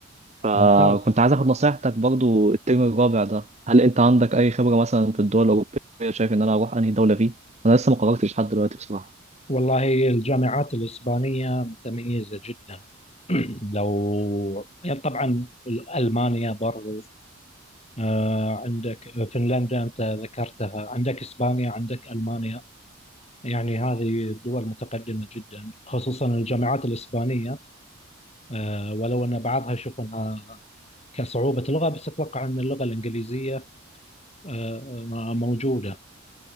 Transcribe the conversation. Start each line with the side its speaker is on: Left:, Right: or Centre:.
Right: فكنت
Left: ممتاز
Right: عايز آخد نصيحتك برضو الترم الرابع ده هل أنت عندك أي خبرة مثلا في الدول الأوروبية شايف إن أنا أروح أنهي دولة فيه؟ أنا لسه ما قررتش لحد دلوقتي بصراحة
Left: والله الجامعات الإسبانية متميزة جدا <clears throat> لو يعني طبعا ألمانيا برضو آه، عندك فنلندا أنت ذكرتها عندك إسبانيا عندك ألمانيا يعني هذه دول متقدمة جدا خصوصا الجامعات الإسبانية آه، ولو أن بعضها أشوف أنها كصعوبة لغة بس أتوقع أن اللغة الإنجليزية آه، آه، موجودة